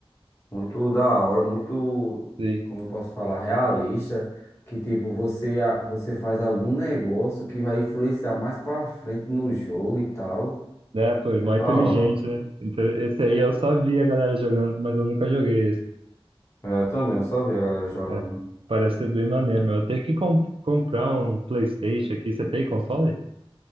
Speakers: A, on the left; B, on the right.
A: muito da hora, muito,
B: sim.
A: como eu posso falar, realista. Que tipo, você, a- você faz algum negócio que vai influenciar mais pra frente no jogo e tal.
B: Né, pô, é mó
A: É da
B: inteligente,
A: hora.
B: né? Então, esse aí eu só vi a galera jogando, mas eu nunca joguei esse.
A: É, eu também, eu só vi a galera jogando.
B: É. Parece ser bem maneiro, meu. Eu tenho que com- comprar um PlayStation aqui. Você tem console?